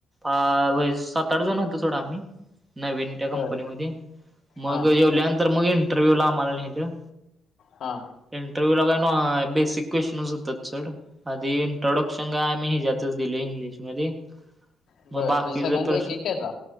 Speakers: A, on the right; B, on the left.
A: आ
B: हम्म
A: व सात सात आठ जण होतो सोड आम्ही नवीन त्या कंपनी
B: बर
A: मधे
B: हा
A: मग जेवल्यानंतर मग इन टरव्यूला आम्हाला नेलं.
B: हा.
A: इंटरव्ह्यू ला काय ना बेसिक क्वेश्चनच होत सोड आधी संग आम्ही ह्याच्यातच दिल इंग्लिश मधे
B: बर
A: मग बाकीच
B: म्हणजे सगळ्यांचा
A: प्रश्न
B: एक एक त्याचा